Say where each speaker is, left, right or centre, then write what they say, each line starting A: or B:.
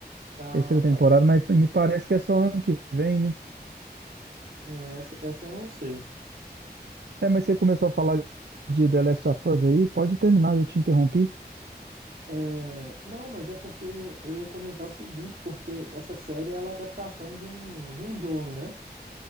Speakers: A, on the right (about 60°); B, on the right (about 85°).
A: Ah,
B: terceira temporada,
A: tá.
B: mas me parece que é só ano que vem, né?
A: É, essa, essa eu não sei.
B: É, mas você começou a falar de The Last of Us aí, pode terminar, eu te interrompi.
A: É, Não, mas é porque eu ia comentar o seguinte, porque essa série ela é a adaptação de um, de um jogo, né?